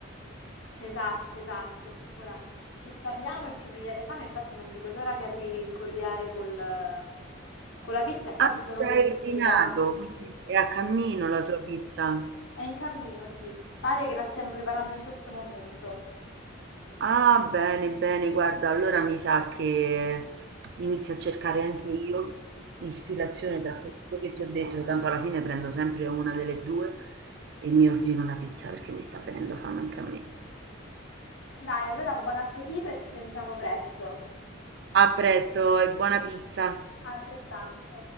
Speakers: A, on the left; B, on the right.
A: Esatto, esatto. Ora, più parliamo e più mi viene fame, infatti non vedo l'ora che arrivi il corriere col, con la pizza e quasi
B: Ah,
A: sono
B: già
A: pentita.
B: hai ordinato, quindi è a cammino la tua pizza.
A: È in cammino, sì, pare che la stiano preparando in questo momento.
B: Ah, bene, bene, guarda, allora mi sa che inizio a cercare anche io ispirazione tra quello che ti ho detto, tanto alla fine prendo sempre una delle due e mi ordino una pizza perché mi sta venendo fame anche a me.
A: Dai, allora buon appetito e ci sentiamo presto.
B: A presto e buona pizza!
A: Altrettanto.